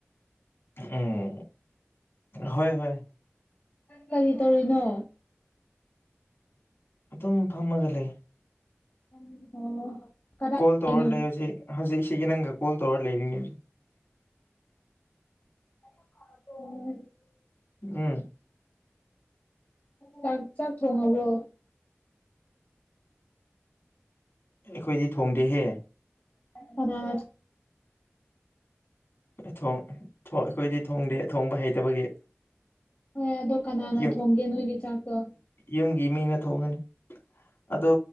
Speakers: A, on the left; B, on the left.
A: ꯎꯝ ꯍꯣꯏ ꯍꯣꯏ
B: ꯀꯔꯤ ꯇꯧꯔꯤꯅꯣ
A: ꯑꯗꯨꯝ ꯐꯝꯃꯒ ꯂꯩ
B: ꯎ ꯑꯣ ꯀꯗꯥꯏꯗꯅꯣ
A: ꯀꯣꯜ ꯇꯧꯔ ꯂꯩ ꯍꯧꯖꯤ ꯍꯧꯖꯤꯛ ꯆꯤꯅꯪꯒ ꯀꯣꯜ ꯇꯧꯔ ꯂꯩꯅꯤꯅꯤ
B: ꯍ
A: ꯎꯝ
B: ꯆꯥꯛ ꯆꯥꯛ ꯊꯣꯡꯉꯕꯣ
A: ꯑꯩꯈꯣꯏꯗꯤ ꯊꯣꯡꯗꯦꯍꯦ
B: ꯐꯅ
A: ꯊꯣꯡ ꯑꯩꯈꯣꯏꯗꯤ ꯊꯣꯡꯗꯦ ꯊꯣꯡꯕ ꯍꯩꯇꯕꯒꯤ
B: ꯍꯣꯏ ꯑꯗꯣ ꯀꯅꯥꯅ
A: ꯌ
B: ꯊꯣꯡꯒꯦ ꯅꯣꯏꯒꯤ ꯆꯥꯛꯇꯣ
A: ꯌꯨꯝꯒꯤ ꯃꯤꯅ ꯊꯣꯡꯉꯅꯤ ꯑꯗꯣ